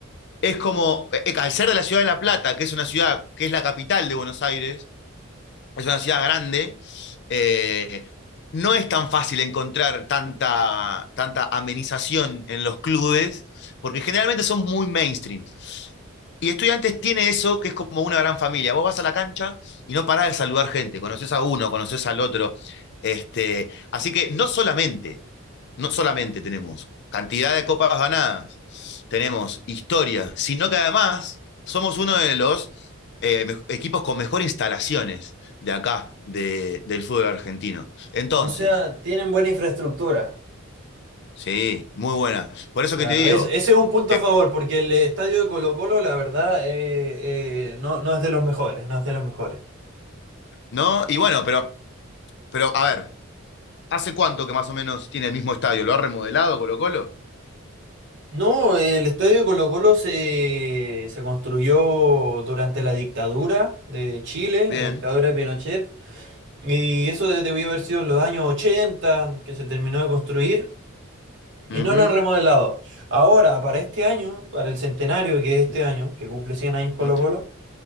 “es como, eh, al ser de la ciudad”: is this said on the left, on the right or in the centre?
Left